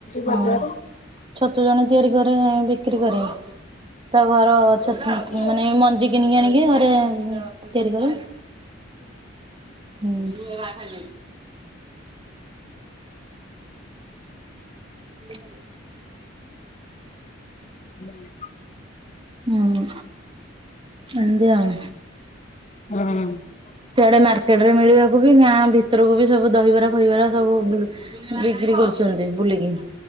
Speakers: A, on the left; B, on the right.
A: ବଜାରରେ।
B: ହଁ ଛତୁ ଜଣେ ତିଆରି କରେ ବିକ୍ରି କରେ। ତା ଘର ଛତ୍
A: ହୁଁ।
B: ମାନେ ମଞ୍ଜି କିଣିକି ଆଣିକି ଘରେ ତିଆରି କରେ। <unintelligible> ହଁ ମୁ ଏ ଭ ଖଜ ହ <unintelligible>
A: ହୁଁ <unintelligible>
B: ହୁଁ ସେନ୍ତି ଆଉ।
A: ହଁ <unintelligible>
B: ସେଆଡେ ମାର୍କେଟରେ ମିଳିବାକୁ ବି ଗାଁ ଭିତରକୁ ବି ସବୁ ଦହିବାର ଖହିବରା ସବୁ ବିକ୍ରି କରୁଛନ୍ତି ବୁଲିକି।